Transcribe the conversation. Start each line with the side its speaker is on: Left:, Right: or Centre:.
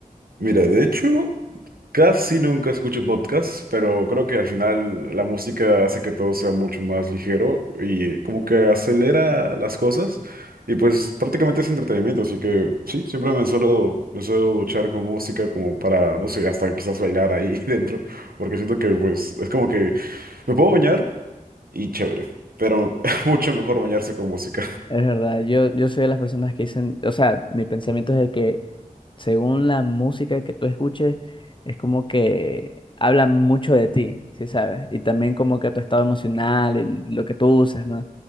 Right: Mira, de hecho, casi nunca escucho podcasts, pero creo que al final la música hace que todo sea mucho más ligero y como que acelera las cosas. Y pues prácticamente es entretenimiento, así que sí, siempre me suelo, me suelo duchar con música como para, no sé, hasta quizás bailar ahí <laughs> dentro, porque siento que pues es como que me puedo bañar y chévere, pero <laughs> mucho mejor bañarse con música.
Left: Es verdad, yo, yo soy de las personas que dicen, o sea, mi pensamiento es de que según la música que tú escuches, es como que habla mucho de ti, ¿sí sabes? Y también como que tu estado emocional, el- lo que tú usas, ¿no?